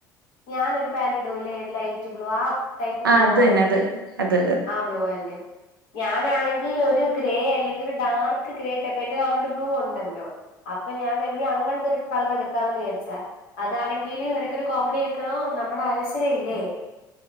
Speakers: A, on the left; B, on the right.
A: ഞാനൊരു പാന്റ് ഇടൂലേ ലൈറ്റ് ബ്ലൂ ആ ടൈപ്പ്
B: ആ
A: ബ്ലൂ
B: അത്
A: ആണ
B: തന്നെ അത് അത്
A: ബ്ലൂ അല്ലേ ഞാനാണെങ്കിൽ ഒരു ഗ്രേ അല്ലെങ്കി ഒരു ഡാർക്ക് ഗ്രേ ടെപ്പ്‌ എന്റെ ഓൾറെഡി ബ്ലൂ ഒണ്ടല്ലോ അപ്പൊ ഞാൻ കരുതി അങ്ങനത്തൊരു കളർ എടുക്കാന്ന് വിചാരിച്ചാ അതാണെങ്കില് നിനക്കൊരു കോമഡി കേക്കണോ നമ്മുടെ അനശ്വരയില്ലേ